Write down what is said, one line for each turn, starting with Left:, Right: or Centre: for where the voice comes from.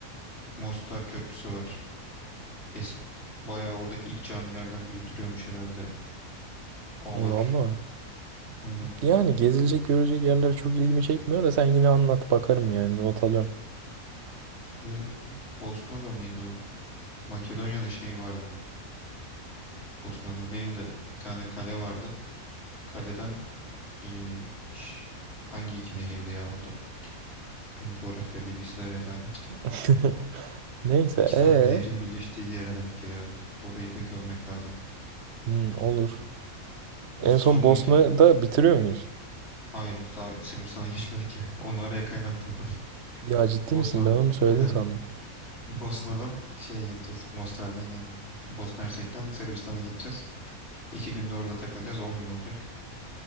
Left: Mostar Köprüsü var. Eski bayağı oradaki ilk camilerden biri duruyormuş herhalde. O
Right: Vallahi.
Left: var. Aynen.
Right: Yani gezilecek görecek yerler çok ilgimi çekmiyor da sen yine anlat bakarım yani not alıyorum.
Left: Bir de Bosna'da mıydı o? Makedonya'da şey vardı. bir- Bosna'da değil de bir tane kale vardı. Kaleden eee, ş- hangi iki nehirdi ya orada? Benim coğrafya bilgisi de rezalet.
Right: <laughs> Neyse
Left: İki tane
Right: ee
Left: nehrin birleştiği yere denk geliyordu. Orayı da görmek lazım.
Right: Hmm, olur. En
Left: E, Sonraki...
Right: son Bosna'da bitiriyor muyuz?
Left: Hayır, daha Sırbistan'a geçmedik ya. <laughs> Onu araya kaynattım ben.
Right: Ya
Left: <laughs>
Right: ciddi
Left: Bosna...
Right: misin? Ben onu söyledin
Left: Aynen.
Right: sandım.
Left: Bosna'dan şeye geçeceğiz. Mostar'dan yani Bosna Hersek'ten Sırbistan'a geçeceğiz. İki günde orada takılacağız. On gün olacak.